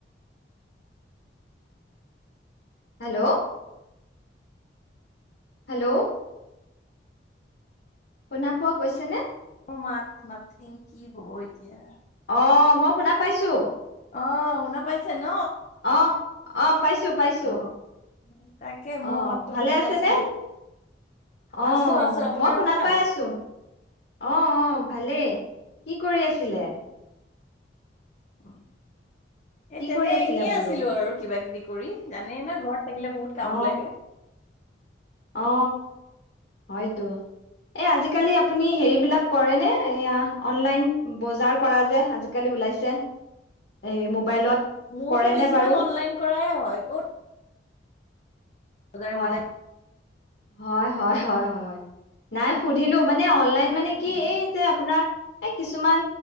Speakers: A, on the left (about 65°); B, on the left (about 40°).
A: হেল্ল'। হেল্ল'। শুনা পোৱা গৈছে নে?
B: মোৰ মাত নাথিং কি হ'ব এতিয়া?
A: অ', মই শুনা পাইছোঁ।
B: অ', শুনা পাইছে ন?
A: অ', অ', পাইছোঁ-পাইছোঁ,
B: অ' তাকে মই
A: অ',
B: মাতটো
A: ভালে
B: শুনা
A: আছেনে?
B: নাছিলো
A: অ',
B: আছো আছো আপোনাৰ
A: মই শুনা
B: ভাল?
A: পাই আছো অ', অ'। ভালে কি কৰি আছিলে?
B: অ'।
A: কি
B: এ তেনেই-এনেই
A: কৰি আছিলে বোলো
B: আছিলো আৰু কিবাকিবি ক কৰি জানেই ন' ঘৰত থাকিলে বহুত
A: অ
B: কাম ওলাইগে।
A: অ অ হয়তো, এই আজিকালি আপুনি হেৰি বিলাক কৰে নে এয়া অনলাইন বজাৰ কৰা যে আজিকালি ওলাইছে এই মোবাইলত।
B: মোৰত
A: কৰেনে
B: বেছিভাগ
A: বাৰু
B: অনলাইন কৰায় হয় কুট বজাই
A: হয়
B: বজাই
A: হয়, হয়-হয়-হয় নাই সুধিলো মান এ। অনলাইন মানে
B: উম
A: কি এই যে আপোনাৰ এ কিছুমান